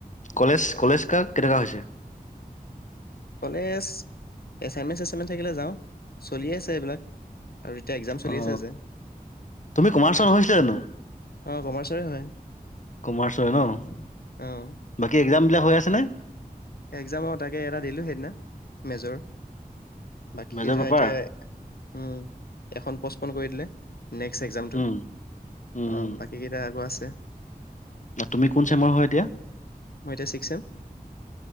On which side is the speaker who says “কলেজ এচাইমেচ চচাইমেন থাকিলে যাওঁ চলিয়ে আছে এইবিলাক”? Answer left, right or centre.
Left